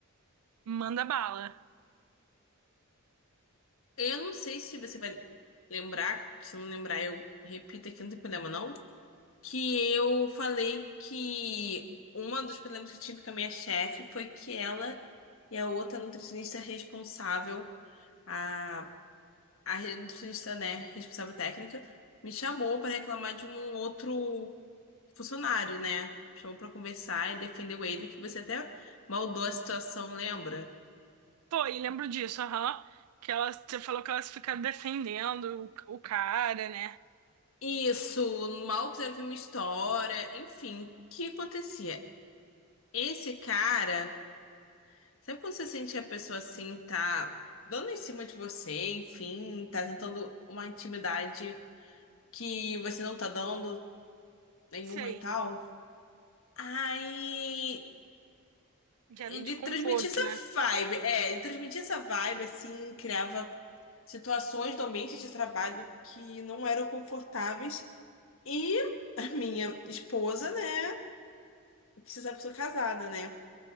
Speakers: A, on the right (about 90°); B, on the left (about 65°).
A: Manda bala.
B: Eu não sei se você vai lembrar, se não lembrar, eu repito aqui, não tem problema, não. que eu falei que uma dos problemas que eu tive com a minha chefe foi que ela e a outra nutricionista responsável, a, a nutricionista, né, responsável técnica, me chamou para reclamar de um outro funcionário, né? Chamou para conversar e defendeu ele, que você até maldou a situação, lembra?
A: foi lembro disso, aham. Que elas, você falou que elas ficaram defendendo o, o cara, né?
B: Isso, mal quiseram ouvir minha história, enfim, o que acontecia? Esse cara. Sempre quando você sente que a pessoa assim tá dando em cima de você, enfim, tá tentando uma intimidade que você não tá dando nenhuma
A: Sei.
B: e tal. Aí
A: Gera
B: ele
A: um desconforto,
B: transmitia essa
A: né?
B: vibe, é, ele transmitia essa vibe assim, criava situações do ambiente de trabalho que não eram confortáveis. E a minha esposa, né, que você sabe que eu sou casada, né?